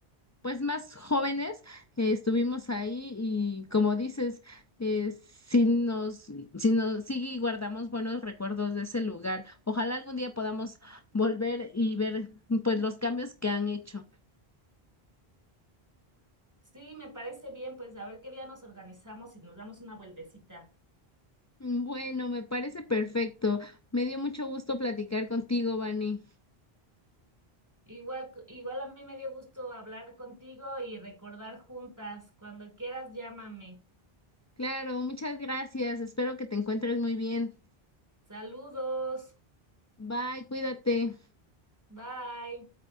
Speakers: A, on the left; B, on the right.
A: pues más jóvenes eh, estuvimos ahí y como dices, eh, sí nos, sí nos, sí guardamos buenos recuerdos de ese lugar. Ojalá algún día podamos volver y ver pues los cambios que han hecho.
B: Sí, me parece bien, pues a ver qué día nos organizamos y nos damos una vueltecita.
A: Bueno, me parece perfecto. Me dio mucho gusto platicar contigo, Vani.
B: Igual, c- igual a mí me dio gusto hablar contigo y recordar juntas. Cuando quieras, llámame.
A: Claro, muchas gracias. Espero que te encuentres muy bien.
B: Saludos.
A: Bye, cuídate.
B: Bye.